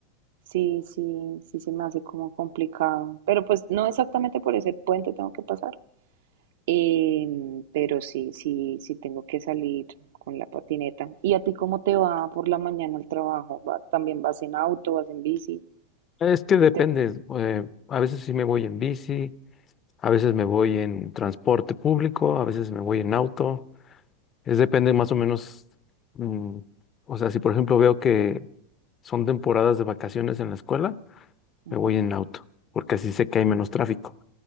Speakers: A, on the right; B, on the left.
A: sí, sí, sí se me hace como complicado. Pero pues no exactamente por ese puente tengo que pasar, Em, pero sí, sí, sí tengo que salir con la patineta. ¿Y a ti cómo te va por la mañana al trabajo? ¿Va- ¿También vas en auto, vas en bici?
B: Es que depende.
A: Te-
B: eh, a veces sí me voy en bici, a veces me voy en transporte público, a veces me voy en auto. Es depende más o menos. mm, o sea, si por ejemplo veo que son temporadas de vacaciones en la escuela,
A: Ujú,
B: me voy en auto, porque así sé que hay menos tráfico.